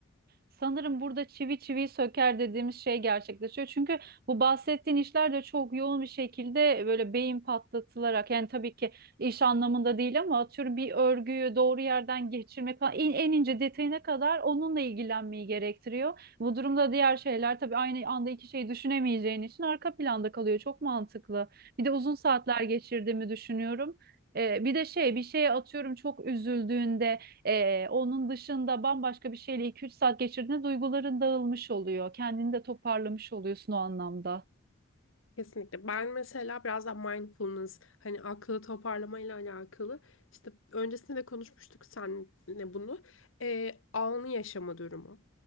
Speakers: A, on the right (about 45°); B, on the left (about 75°).
A: Sanırım burada çivi çiviyi söker dediğimiz şey gerçekleşiyor. Çünkü bu bahsettiğin işler de çok yoğun bir şekilde böyle beyin patlatılarak yani tabii ki iş anlamında değil ama atıyorum bir örgüyü doğru yerden geçirmek falan en, en ince detayına kadar onunla ilgilenmeyi gerektiriyor. Bu durumda diğer şeyler tabii aynı anda iki şeyi düşünemeyeceğin için arka planda kalıyor. Çok mantıklı. Bir de uzun saatler geçirdiğimi düşünüyorum. Ee, bir de şey bir şeye atıyorum çok üzüldüğünde ee, onun dışında bambaşka bir şeyle iki üç saat geçirdiğinde duyguların dağılmış oluyor. Kendini de toparlamış oluyorsun o anlamda.
B: Kesinlikle. Ben mesela biraz da mindfulness, hani aklı toparlamayla alakalı. İşte öncesinde de konuşmuştuk seninle bunu. Ee, anı yaşama durumu.